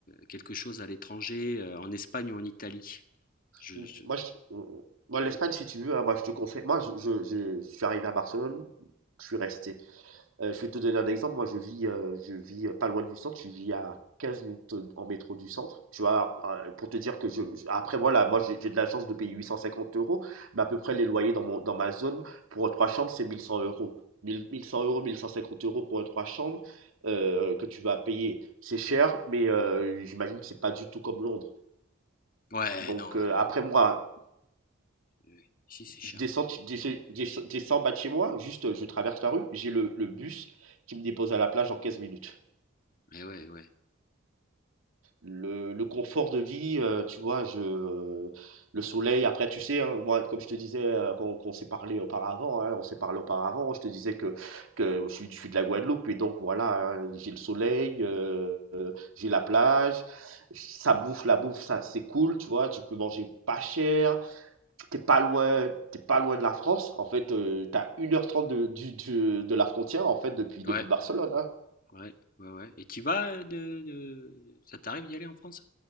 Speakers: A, on the left; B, on the right.
A: quelque chose à l'étranger, euh, en Espagne ou en Italie. Je,
B: Mm.
A: je-
B: Moi, je- mm, moi, l'Espagne, si tu veux, hein, moi, je te conseille. Moi, je, je, je- je suis arrivé à Barcelone, je suis resté. Euh, je vais te donner un exemple. Moi, je vis, euh, je vis euh, pas loin du centre. Je vis à 15 minutes euh, en métro du centre. Tu vois, euh, pour te dire que je. je- Après, voilà, moi, j'ai j'ai de la chance de payer 850 euros, mais à peu près les loyers dans mon, dans ma zone pour euh, trois chambres, c'est 1100 euros. 1000 1100 euros, 1150 euros pour euh, trois chambres euh, que tu vas payer. C'est cher, mais euh, j'imagine que c'est pas du tout comme Londres.
A: Ouais,
B: Donc
A: non,
B: euh,
A: euh,
B: après moi,
A: euh, ici c'est cher.
B: Je descends, de chez- de chez- je descends bas de chez moi, juste euh, je traverse la rue, j'ai le, le bus qui me dépose à la plage en 15 minutes.
A: Mais ouais, ouais,
B: Le, le confort de vie, euh, tu vois, je, le soleil, après, tu sais, hein, moi, comme je te disais euh, quand, quand on s'est parlé auparavant, hein, on s'est parlé auparavant, je te disais que, que je suis, je suis de la Guadeloupe et donc voilà, hein, j'ai le soleil, euh, euh, j'ai la plage, ça bouffe, la bouffe, ça c'est cool, tu vois, tu peux manger pas cher, t'es pas loin, t'es pas loin de la France. En fait, euh, t'as une heure trente de, du, du- de la frontière, en fait, depuis,
A: ouais,
B: depuis Barcelone. hein.
A: ouais, ouais, ouais. Et tu vas euh, de, de... ça t'arrive d'y aller en France?